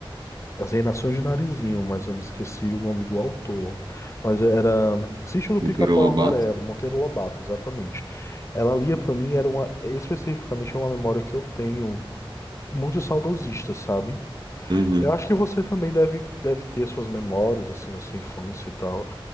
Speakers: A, on the left; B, on the right.
A: as Reinações de Narizinho, mas eu me esqueci o nome do autor. Mas era Sítio do
B: Monteiro
A: Pica-Pau
B: Lobato?
A: Amarelo, Monteiro Lobato, exatamente. Ela lia pra mim, era uma, especificamente é uma memória que eu tenho, muito saudosista, sabe?
B: Uhum,
A: Eu acho que você também deve, deve ter suas memórias, assim, da sua infância e tal.